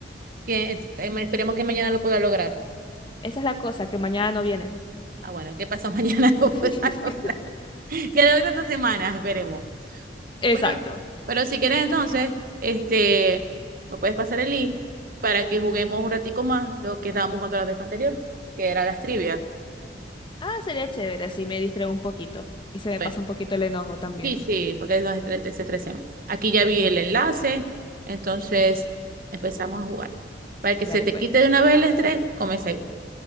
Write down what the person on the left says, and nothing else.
Esa es la cosa, que mañana no viene.
<laughs>
Exacto.
Ah, sería chévere, así me distraigo un poquito y se me
pasa un poquito el enojo también.
Dale
pues,